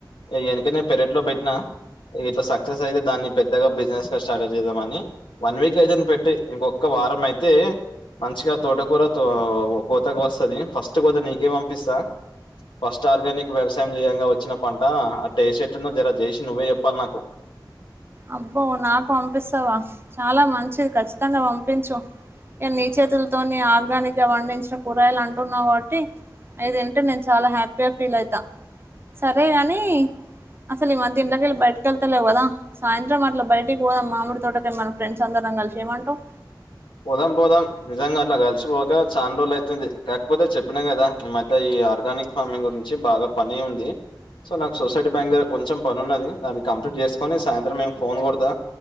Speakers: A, on the left (about 80°); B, on the right (about 30°).
A: ఏ వెనకనే పెరట్లో పెట్టినా ఇట్లా సక్సెస్ అయితే దాన్ని పెద్దగా బిజినెస్ గా స్టార్ట్ల్ చేద్దామని వన్ వీక్ అయితంది పెట్టి ఇంకొక వారం అయితే మంచిగా తోటకూర తో కోతకు వస్తది ఫస్ట్ కోత నీకే పంపిస్తా. ఫస్ట్ ఆర్గానిక్ వ్యవసాయం చేయంగా వచ్చిన పంట ఆ టేస్ట్ ఎట్టుందో జరా చేసి నువ్వే చెప్పాలి నాకు
B: అబ్బో నాకు పంపిస్తావా చాలా మంచిది ఖచ్చితంగా పంపించు. ఇ నీచేతులతోని ఆర్గానిక్ గా వండించిన కూరయలు అంటున్నాబట్టి అయితింటే నేను చాలా హ్యాపీగా ఫీల్ అయితా సరే గాని అసలు ఇ మధ్య ఇండ్ల కెళ్ళి బయటకెళ్తాలేవు గదా సాయంత్రం అట్లా బయటికి పోదాం మామిడి తోటకే మన ఫ్రెండ్స్ అందరం కలిసి ఏమంటావ్
A: పోదాం పోదాం నిజంగా అట్లా కలిసిపోక చాలా రోజులు అయితుంది. కాకపోతే చెప్పినా గదా ఈ మధ్య ఇ ఈ ఆర్గానిక్ ఫార్మింగ్ గురించి బాగా పని ఉంది. సో నాకు సొసైటీ బ్యాంక్ దగ్గర కొంచెం పని ఉన్నది. దాన్ని కంప్లీట్ చేసుకొని సాయంత్రం మేము ఫోన్ కొడతా